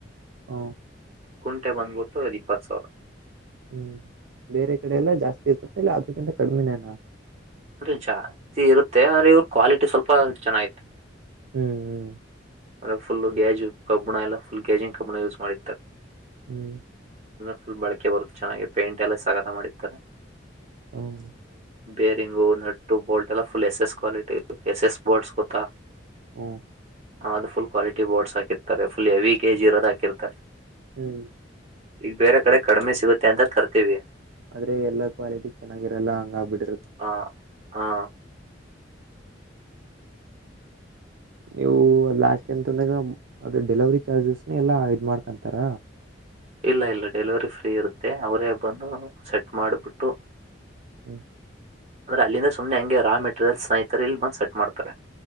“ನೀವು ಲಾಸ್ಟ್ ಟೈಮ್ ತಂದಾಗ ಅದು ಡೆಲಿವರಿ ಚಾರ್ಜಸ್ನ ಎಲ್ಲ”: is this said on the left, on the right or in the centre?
Right